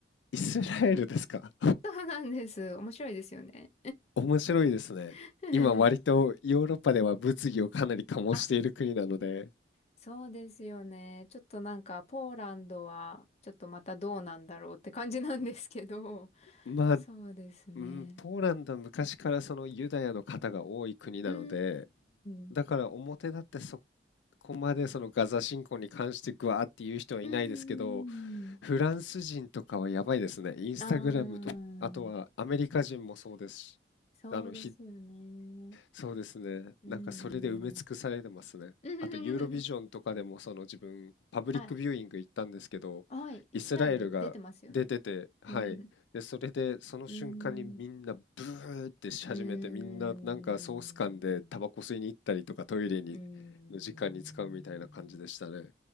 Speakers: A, on the left (about 80°); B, on the left (about 35°).
A: イスラエルですか
B: そうなんです。面白いですよね。
A: <laughs> 面白いですね。
B: <laughs>
A: 今、割とヨーロッパでは物議をかなり醸している国なので、
B: あ、そうですよね。ちょっとなんか、ポーランドは、ちょっとまたどうなんだろうって感じなんですけど、
A: まあ、
B: そうですね。
A: うん、ポーランドは昔からそのユダヤの方が多い国なので、
B: うーん。
A: だから表立ってそこまでそのガザ侵攻に関してグワーって言う人はいないですけど、
B: うーん。
A: フランス人とかはやばいですね。インスタグラムと、
B: ああ
A: あとはアメリカ人もそうですし、
B: そうですよね。
A: あのひそうですね。
B: うー
A: なんかそれで埋め尽くされてますね。
B: ん。<laughs>
A: あとユーロビジョンとかでもその自分パブリックビューイング行ったんですけど、
B: あ、はい、イスラエル出てますよね。
A: イスラエルが出てて、
B: <laughs>
A: はい。
B: うーん。
A: で、それでその瞬間にみんなブーってし始めて、
B: うーん。
A: みんななんかソース缶でタバコ吸いに行ったりとかトイレに
B: うーん。
A: の時間に使うみたいな感じでしたね。